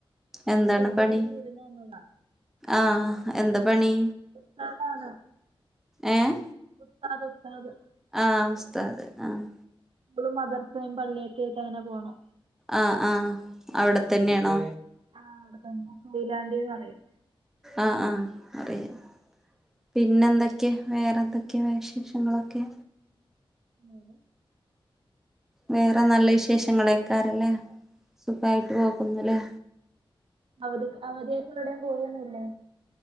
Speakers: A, in the centre; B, on the right (about 70°).
A: എന്താണ്
B: വീട്ടിലേക്ക്
A: പണി
B: വിരുന്ന് വന്നതാണ്
A: ആഹ് എന്താ പണി
B: <unintelligible>
A: ഏഹ്
B: ഉസ്താദ് ഉസ്താദ്
A: ആഹ് ഉസ്താദ് ആഹ്
B: സ്കൂളും മദർസും പള്ളിയൊക്കെ ആയിട്ട് അങ്ങനെ പോണു
A: ആഹ് ആഹ് അവിടെ തന്നേണോ
B: ആഹ് അവിടെ തന്നെ കൊയിലാണ്ടിന്ന് പറയും
A: ആഹ് ആഹ് അറിയാ പിന്നെ എന്തൊക്കെ വേറെ എന്തൊക്കെയ വിശേഷങ്ങളൊക്കെ.
B: വേറെ
A: വേറെ നല്ല വിശേഷങ്ങളയ്ക്കാരംല്ലേ സുഖായിട്ട് പോക്കുന്നല്ലേ.
B: അവര് അവധിയായിട്ട് ഇവിടയും പോയൊന്നുല്ലേ.